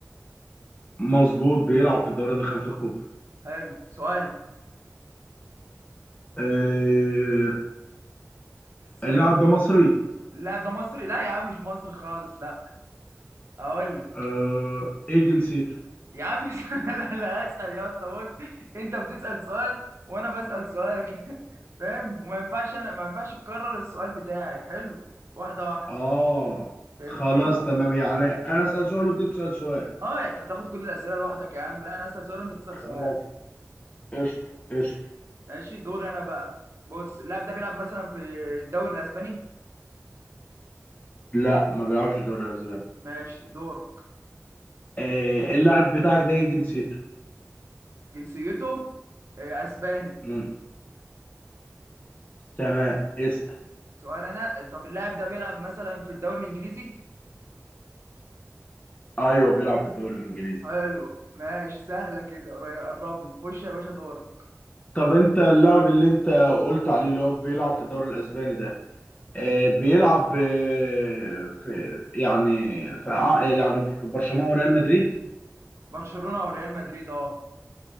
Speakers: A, on the left; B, on the right.
A: مظبوط بيلعب في الدوريات الخمسة الكبرى
B: حلو سؤال
A: آه
B: السريع
A: اللاعب ده مصري
B: اللاعب ده مصري لا يا عم مش مصري خالص لا اقول لك.
A: آه ايه جنسيته
B: يا عم <laughs> مش انا اللي هسأل يا اسطى بص انت بتسأل سؤال وانا بسأل سؤال كده فاهم وما ينفعش انا ما ينفعش تكرر السؤال بتاعي حلو واحدة واحدة
A: اه
B: فهمتني؟
A: خلاص تمام يعني انا اسال سؤال وانت تسال سؤال
B: اه انت هتاخد كل الأسئلة لوحدك يا عم لا انا هسأل سؤال وانت تسأل
A: خلاص
B: سؤال
A: قشطه قشطه
B: ماشي دوري انا بقى بص اللاعب ده بيلعب مثلا في الدوري الأسباني
A: لا ما بيلعبش الدوري الاسباني
B: ماشي دورك
A: آه اللاعب بتاعك ده ايه جنسيته
B: جنسيته آه، أسباني
A: مم. تمام اسال
B: سؤال انا طب اللاعب ده بيلعب مثلا في الدوري الإنجليزي
A: ايوه بيلعب في الدوري الانجليزي
B: حلو ماشي سهلة كده قريب- قربنا خش يا باشا دورك
A: طب انت اللاعب اللي انت قلت عليه اللي هو بيلعب في الدوري الاسباني ده آه بيلعب آه في يعني في ع- يعني في برشلونه وريال مدريد
B: برشلونه وريال مدريد اه